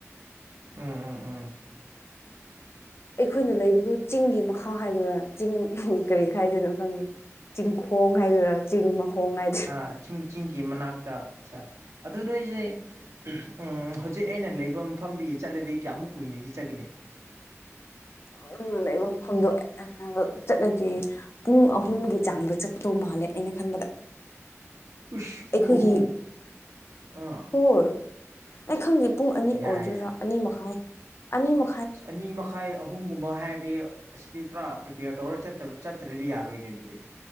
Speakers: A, on the right; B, on the left.
A: ꯎꯝ ꯎꯝ ꯎꯝ
B: ꯑꯩꯈꯣꯏꯅ ꯂꯩꯕꯗꯨ ꯆꯤꯡꯒꯤ ꯃꯈꯥ ꯍꯥꯏꯗꯣꯏꯔꯥ ꯆꯤꯡ ꯀꯔꯤ ꯈꯥꯏꯗꯣꯏꯅꯣ ꯈꯪꯗꯦ ꯆꯤꯡꯈꯣꯡ ꯍꯥꯏꯗꫭꯏꯔꯥ ꯆꯤꯡ ꯃꯈꯣꯡ ꯍꯥꯏꯗꯨꯔ
A: ꯑ ꯆꯤꯡ ꯆꯤꯡꯒꯤ ꯃꯅꯥꯛꯇ ꯑꯁꯥ ꯑꯗꯨ ꯅꯣꯏꯖꯦ ꯎꯝ ꯍꯧꯖꯤꯛ ꯑꯩꯅ ꯂꯩꯕ ꯃꯐꯝꯗꯒꯤ ꯆꯠꯂꯗꯤ ꯀꯌꯥꯃꯨꯛ ꯀꯨꯏꯅꯗꯤ ꯆꯠꯀꯅꯤ
B: ꯎꯝ ꯅꯪꯅ ꯂꯩꯕ ꯃꯐꯝꯗꫭ ꯑꯗꯨ ꯆꯠꯂꯗꯤ ꯄꯨꯡ ꯑꯍꯨꯝꯒꯤ ꯆꯥꯡꯗ ꯆꯠꯇꯧ ꯃꯥꯜꯂꯦ ꯑꯩꯅ ꯈꯟꯕꯗ
A: ꯎꯁ ꯄꯨꯡ
B: ꯑꯩꯈꯣꯏꯒꯤ
A: ꯑꯍꯨꯝ ꯑꯥ
B: ꯍꯣꯔ ꯑꯩ ꯈꯪꯗꯦ ꯄꯨꯡ ꯑꯅꯤ
A: ꯌꯥꯏ
B: ꯑꯣꯏꯗꯣꯏꯔꯥ
A: ꯌꯥꯏ
B: ꯑꯅꯤ ꯃꯈꯥꯏ ꯑꯅꯤ ꯃ
A: ꯑꯅꯤ ꯃꯈꯥꯏ ꯑꯍꯨꯝꯒꯨꯝꯕ ꯍꯥꯏ ꯗꯤ ꯑꯁꯤꯗꯤ ꯄꯨꯔꯥ ꯄ꯭ꯔꯤꯄꯦꯌꯔ ꯇꯧꯔ ꯆꯠꯇꯕ ꯆꯠꯇ꯭ꯔꯗꯤ ꯌꯥꯔꯣꯏꯅꯦ ꯑꯗꯨꯗꯤ